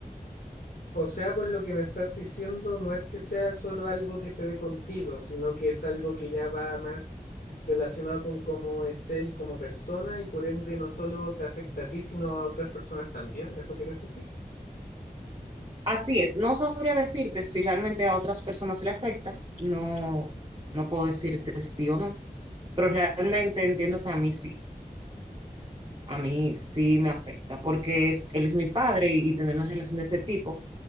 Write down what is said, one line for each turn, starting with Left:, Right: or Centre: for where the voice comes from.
Left: O sea, por lo que me estás diciendo, no es que sea solo algo que se dé contigo, sino que es algo que ya va más relacionado con cómo es él como persona y por ende no solo te afecta a ti, sino a otras personas también. ¿Eso quieres decir?
Right: Así es, no sabría decirte si realmente a otras personas se le afecta, no, no puedo decirte sí o no, pero realmente entiendo que a mí sí, a mí sí me afecta, porque es, él es mi padre y, y tener una relación de ese tipo